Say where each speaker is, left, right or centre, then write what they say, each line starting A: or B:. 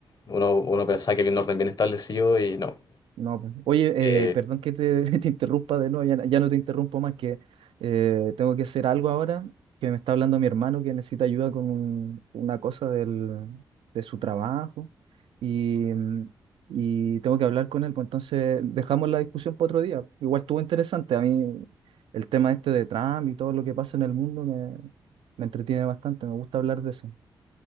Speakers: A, on the left (about 50°); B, on the right (about 75°).
A: uno, uno pensaba que había un orden bien establecido y no.
B: No, pues. oye,
A: Eh,
B: eh, perdón que te, <laughs> te interrumpa de nuevo, ya, no ya no te interrumpo más, que eh, tengo que hacer algo ahora, que me está hablando mi hermano que necesita ayuda con un- una cosa del, de su trabajo y, mm, y tengo que hablar con él, pues entonces dejamos la discusión para otro día. Igual estuvo interesante, a mí el tema este de Trump y todo lo que pasa en el mundo me, me entretiene bastante, me gusta hablar de eso.